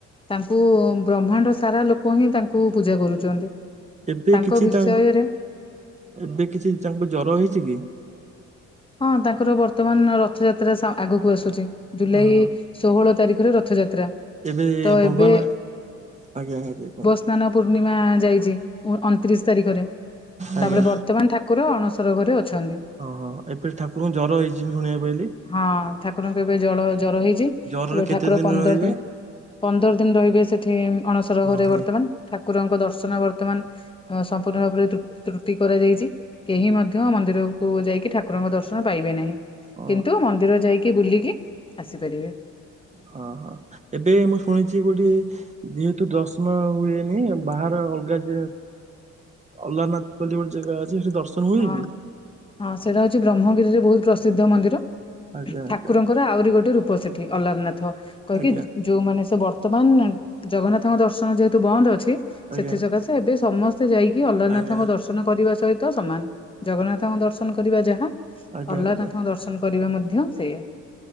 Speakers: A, on the left; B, on the right.
A: ତାଙ୍କୁ ବ୍ରହ୍ମାଣ୍ଡର ସାରା ଲୋକ ହିଁ ତାଙ୍କୁ ପୂଜା କରୁଛନ୍ତି।
B: ଏବେ
A: ତାଙ୍କ
B: କିଛି
A: ବିଷୟରେ
B: ତା ଏବେ କିଛି ତାଙ୍କୁ ଜର ହେଇଛି କି?
A: ହଁ ତାଙ୍କର ବର୍ତ୍ତମାନ ରଥଯାତ୍ରା ଆଗକୁ ଆସୁଛି। ଜୁଲାଇ
B: ହଁ
A: ଷୋହଳ ତାରିଖରେ ରଥଯାତ୍ରା
B: ଏବେ
A: ତ
B: ଭଗବାନ
A: ଏବେ
B: ଆଜ୍ଞା ଆଜ୍ଞା।
A: ସ୍ନାନ ପୂର୍ଣ୍ଣିମା ଯାଇଛି ଅଣତିରିଶ ତାରିଖରେ
B: ଆଜ୍ଞା।
A: ତାପରେ ବର୍ତ୍ତମାନ ଠା ଠାକୁର ଅଣସର ଘରେ ଅଛନ୍ତି।
B: ଓହ୍ ଏବେ ଠାକୁରଙ୍କୁ ଜ୍ୱର ହେଇଛି ମୁ ଶୁଣିବାକୁ ପାଇଁଲି।
A: ହଁ ଠାକୁରଙ୍କୁ ଏବେ ଜଳ ଜର ହେଇଛି
B: ଜରରେ
A: ଏବେ
B: କେତେ
A: ଠାକୁର ପନ୍ଦର
B: ରହିବେ?
A: ଦିନ ପନ୍ଦର ଦିନ ରହିବେ ସେଠି ଅଣସର
B: ଓହୋ
A: ଘରେ ବର୍ତ୍ତମାନ ଠାକୁରଙ୍କ ଦର୍ଶନ ବର୍ତ୍ତମାନ ସମ୍ପୂର୍ଣ୍ଣ ଭାବରେ ତ୍ରୁଟି କରାଯାଇଛି କେହି ମଧ୍ୟ ମନ୍ଦିରକୁ ଯାଇକି ଠାକୁ ଠାକୁରଙ୍କ ଦର୍ଶନ ପାଇବେ ନାହିଁ।
B: ଅ
A: କିନ୍ତୁ ମନ୍ଦିର ଯାଇକି ବୁଲିକି ଆସିପାରିବେ।
B: ହଁ ହଁ ଏବେ ମୁଁ ଶୁଣିଛି ଗୋଟେ ଯେହେତୁ ଦର୍ଶନ ହୁଏନି ବାହାର ଅଲଗା ଯେ ଅଲାନାଥ ବୋଲି ଗୋଟେ ଯେଗା ଅଛି ସେଠି ଦର୍ଶନ ହୁଏ
A: ହଁ
B: କି?
A: ହଁ ସେଇଟା ହଉଛି ବ୍ରହ୍ମଗିରିରେ ବହୁତ ପ୍ରସିଦ୍ଧ ମନ୍ଦିର
B: ଆଜ୍ଞା ଆଜ୍ଞା
A: ଠାକୁରଙ୍କ ଙ୍କର ଆହୁରି ଗୋଟେ ରୂପ ସେଠି ଅଲାରନାଥ କହିକି
B: ଆଜ୍ଞା
A: ଯଉମାନେ ସେ ବର୍ତ୍ତମାନ ଜଗନ୍ନାଥଙ୍କ ଦର୍ଶନ ଯେହେତୁ ବନ୍ଦ ଅଛି
B: ଆଜ୍ଞା
A: ସେଥି ସକାଶେ ଏବେ ସମସ୍ତେ ଯାଇକି ଅଲାରନାଥଙ୍କ
B: ଆଜ୍ଞା।
A: ଦର୍ଶନ କରିବା ସହିତ ସମାନ ଜଗନ୍ନାଥଙ୍କ ଦର୍ଶନ କରିବା ଯାହା
B: ଆଜ୍ଞା
A: ଅହ୍ଲାରନାଥଙ୍କ
B: ଆଜ୍ଞା
A: ଦର୍ଶନ କରିବା ମଧ୍ୟ ସେଇୟା।